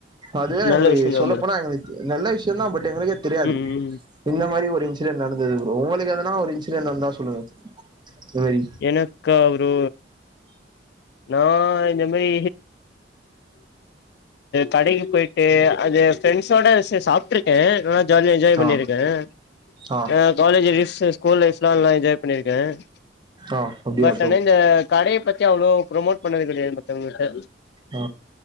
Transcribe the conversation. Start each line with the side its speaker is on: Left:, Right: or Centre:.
Right: அதுதான்
Left: நல்ல
Right: எங்களுக்கு
Left: விஷயந்தா
Right: சொல்ல
Left: ப்ரோ
Right: போனா எங்களுக்கு நல்ல விஷயம் தான் பட் எங்களுக்கே தெரியாது
Left: ம் ம்
Right: இந்த மாரி ஒரு இன்சிடென்ட் நடந்தது ப்ரோ உங்களுக்கு எதனா ஒரு இன்சிடென்ட நடந்தா சொல்லுங்க இந்த மாரி
Left: எனக்கா ஒரு நான் இந்த மாரி கடைக்கு போயிட்டு அது ஃபரெண்ட்ஸோட சாப்பிட்டு இருக்கேன் ஆன ஜாலியா என்ஜாய் பண்ணிருக்கேன்
Right: ஆ
Left: பண்ணிருக்கே
Right: ஆ
Left: காலேஜ் டேஸ் ஸ்கூல் லைஃப்லா நல்லா என்ஜாய் பண்ணிருக்க ஆ
Right: ஆ அப்டியா
Left: பட்
Right: ப்ரோ
Left: இந்த கடைய பத்தி ப்ரொமட் பண்ணவே கிடயாதா மத்தவங்களிட்ட
Right: ஆ